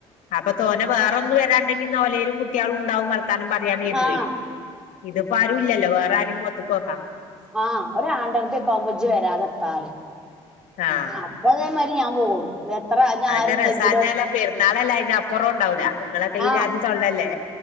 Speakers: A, on the left; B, in the centre.
A: അപ്പൊ തോനെ വേറൊന്നും വരാണ്ടെങ്കിന്ന് ഓലെും കുട്ടയാളും ഉണ്ടാവും വർത്താനം പറയാനും എന്നു
B: ആഹ്
A: കരുത്തുംഇതിപ്പോ ആരും ഇല്ലല്ലോ വേറെ ആരും മോത്ക്ക് നോക്കാം
B: ആ ഒ ആണ്ടരത്തി ആക്കുമ്പോ ഇജ്‌വരാതെഎന്താ
A: ആഹ്
B: അപ്പ അതേമാതിരി ഞാൻ പോകും എത്ര
A: അതൊക്കെ
B: ആരുണ്ടെങ്കിലും
A: രസാഞ്ഞാലാ പെരുന്നാളല്ലേ അയിന്റെ അപ്പുറം ഉണ്ടാവൂല നിങ്ങളൊക്കെ ഈ
B: ആ
A: ജാതി തൊള്ളല്ലേ